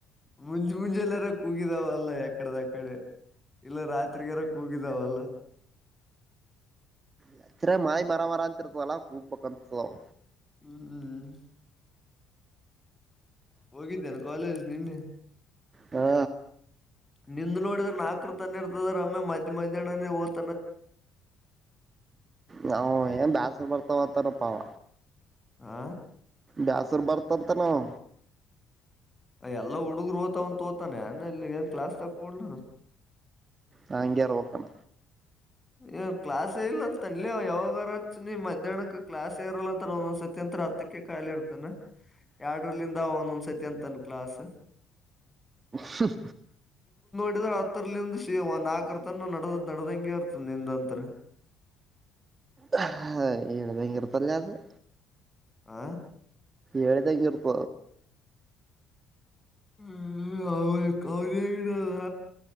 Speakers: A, on the left; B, on the right.
A: ಮುಂಜಿ ಮುಂಜೆ ಎಲ್ಲಾರ ಕುೂಗಿದಾವಲ್ಲ ಎಕಡದಕ್ಕಡೆ ಇಲ್ಲ ರಾತ್ರಿಗಾರಕ್ ಹೋಗಿದಾವಲ್ಲ
B: ಯತ್ತರ ಮಾರ ಮರಾಮರ ಅಂತರ ತು ಅಲ್ಲ ೂ ಬಕಂತ <unintelligible>
A: ಹ್ಮ್ ಹೋಗಿದ್ದೇಾನು ಕಾಲೇಜ ನಿನ್ನೆ
B: ಹಾ
A: ನಿಂದು ನೋಡಿದರೆ ನಾಲ್ಕರು ತನ್ನೆ ಇರ್ತದ ರಮ್ಮೆ ಮಧ್ಯೆ ಮಧ್ಯಾಹ್ನೇ ಓದ್
B: ನಾ್ ಏ ಬ್ಯಾಸ ಬರ್ತಾವತಾರಪ್ಪ ಅವ
A: ಆ
B: ಬ್ಯಾಸರ್ ಬರ್ತದ ಅಂತಾನ ಅವ
A: ಎಲ್ಲ ಹುಡುಗರು ಓ್ತಾವ ಅಂತ ೋತಾನೆ ಅಾನ ಇಲ್ಲಿಗ ಏನ್ ಕ್ಲಾಸ್ ತಕೊಂಡ
B: ನಾಂಗ್ಯ ಅರವಾಕ್ಕಣ
A: ಏ ಕ್ಲಾಸ್ ಇಲ್ಲ ಅಂತ ಅನ್ ಯಾವಾಗರತ್ ನೀ ಮಧ್ಯಾಹನಕ್ ಕ್ಲಾಸ್ ಇರಲ್ಲ ಅಂತ ನ ಸತ್ಯಂತ ಹತ್ತಕ್ಕೆ ಕಾಯಾಲಿ ಇರ್ತಾನ ಎರಡರ್ಲಿಂದ ಒಂದೊಂದ್ಸತಿ ಅಂತನ್ ಕ್ಲಾಸ್
B: ಸುಫ
A: ಎರಡ್ ಹತ್ತರಲ್ಲಿಂದು ಸ ಸಿ ನಾಲ್ಕರ ತನ ನಡ ನಡದಂಗೆ ನಿಂದತ್ರ
B: ಹ ಈಳ ಭಯಂಗರತಲ್ಲ ಅ
A: ಆ
B: ಏಳದ್ಯೂರುೂಪ
A: ಹ್ಮ್ ಅವ ಕ ಇಡಲ್ಲ